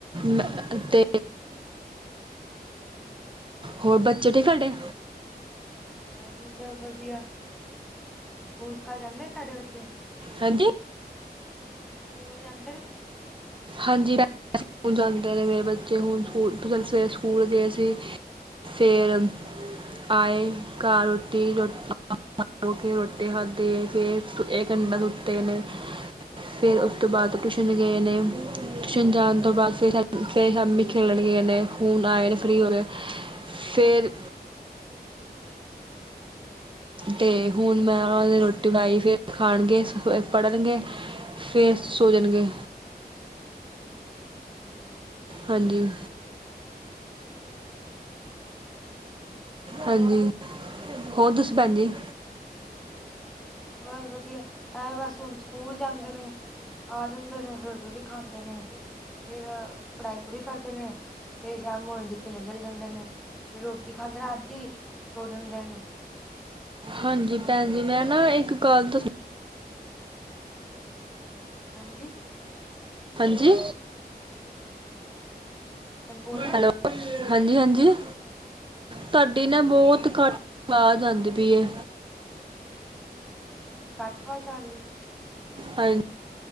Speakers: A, on the right (about 30°); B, in the centre.
A: ਮ ਅਤੇ ਹੋਰ ਬੱਚੇ ਠੀ ਕਡੇ
B: ਹਾਂਜੀ ਸਭ ਵਧੀਆ ਸਕੂਲ ਸਕਾਲ ਜਾਂਦੇ ਨੇ ਸਾਡੇ ਬੱਚੇ
A: ਹਾਂਜੀ
B: ਸਕੂਲ ਜਾਂਦੇ ਨੇ
A: ਹਾਂਜੀ ਹਣ ਜਾਂਦੇ ਨੇ ਮੇਰੇ ਬੱਚੇ ਹੁਣ ਸਕੂਲ ਸਵੇਰੇ ਸਕੂਲ ਗਏ ਸੀ। ਫਰ ਆਏਗਾ ਰੋਟੀ ਰੋਟੀ। ਮ ਕੇ ਰੋਟੀ ਖਾਧੀ ਫੇਰ ਇਹ ਕੰਡਾ ਸੁੱਤੇ ਨੇ ਫਿਰ ਉਸ ਤੋਂ ਬਾਅਦ ਟੁਸ਼ਣ ਗਏ ਨੇ ਟਿਯੂਸ਼ਨ ਜਾਨ ਤੋ ਬਾਦ ਫੇਰ, ਫੇਰ ਸ਼ਾਮੀ ਖੇਲਣ ਗਏ ਨੇ ਹੁਨ ਆਏ ਨੇ ਫ੍ਰੀ ਹੋ ਕੇ। ਫਿਰ
B: ਹਾਂਜੀ
A: ਤੇ ਹੁਣ ਮੈਂ ਉਹ ਦੀ ਰੋਟੀ ਬਣਾਈ ਫਿਰ ਖਾਣਗੇ ਪੜ੍ਹਨਗੇ। ਫੇਰ ਸੋ ਜਾਣਗੇ।
B: ਹਾਂਜੀ-ਹਾਂਜੀ।
A: ਹਾਂਜੀ। ਹਾਂਜੀ। ਹੋਰ ਤੁਸੀ ਭੈਣ ਜੀ।
B: ਬਸ ਵਧੀਆ, ਐ ਬਸ ਹੁਣ ਸਕੂਲ ਜਾਂਦੇ ਨੇ। ਆ ਜਾਂਦੇ ਨੇ, ਫੇਰ ਰੋਟੀ ਖਾਂਦੇ ਨੇ। ਫੇਰ ਪੜਾਈ ਪੜੂਈ ਕਰਦੇ ਨੇ, ਫੇਰ ਸ਼ਾਮ ਹੋ ਜਾਂਦੀ ਖੇਲਣੇ ਚਲੇ ਜਾਂਦੇ ਨੇ। ਫ ਰੋਟੀ ਖਾਂਦੇ ਰਾਤੀ, ਸੋ ਜਾਂਦੇ ਨੇ।
A: ਹਾਂਜੀ। ਭੈਣ ਜੀ ਮੈਂ ਨਾ ਇੱਕ ਗੱਲ ਦ
B: ਹਾਂਜੀ।
A: ਹਾਂਜੀ।
B: ਹੁਣ ਬੋਲਣਾ
A: ਹੈਲੋ, ਹਾਂਜੀ-ਹਾਂਜੀ, ਤੁਹਾਡੀ
B: ਹਾਂਜੀ
A: ਨਾ
B: ਬੋਲ
A: ਬਹੁਤ ਘੱਟ ਆਵਾਜ ਆਂਦੀ ਪਈਏ।
B: ਘੱਟ ਆਵਾਜ ਆ ਰਹੀ ਹੈ।
A: ਹਾਂਜੀ।